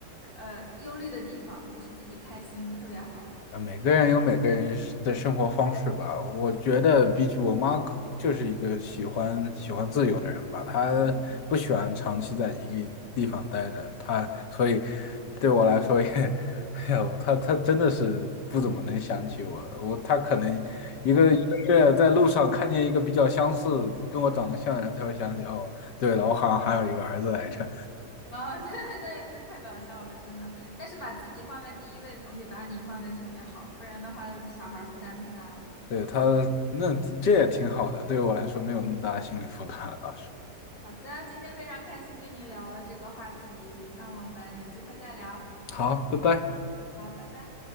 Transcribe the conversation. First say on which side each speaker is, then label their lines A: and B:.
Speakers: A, on the left; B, on the left.
A: 呃，忧虑的地方，就是自己开心，特别好。
B: 啊，每个人有每个人是的生活方式吧。我觉得比起我妈，就是一个喜欢喜欢自由的人吧。她
A: 嗯，
B: 不喜欢长期在一个地方待着，她所以对我来说也，<laughs> 哎呦，她她真的是不怎么能想起我。我她可能一个一个月在路上看见一个比较相似、跟我长得像的人，才会想起哦，对了，我好像还有一个儿子来着。
A: <laughs> 啊、对，<laughs> 那那太搞笑了，真的。但是把自己放在第一位，总比把你放在前面好，不然的话，小孩儿负担太大了。
B: 对她，那这也挺好的，对于我来说没有那么大的心理负担了，倒是。
A: 好的，今天非常开心跟你聊了这个话题，那我们有机会再聊。
B: 好，拜拜。
A: 好，拜拜。